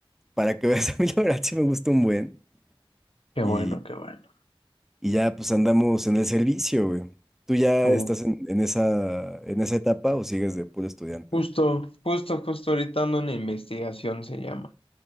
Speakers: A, in the centre; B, on the left (about 75°).
A: para que veas, <laughs> a mí la verdad sí me gusta un buen,
B: qué
A: y,
B: bueno, qué bueno.
A: y ya, pues, andamos en el servicio, güey. ¿Tú ya
B: Oh,
A: estás en, en esa, en esa etapa o sigues de puro estudiante?
B: justo, justo, justo ahorita ando en investigación, se llama.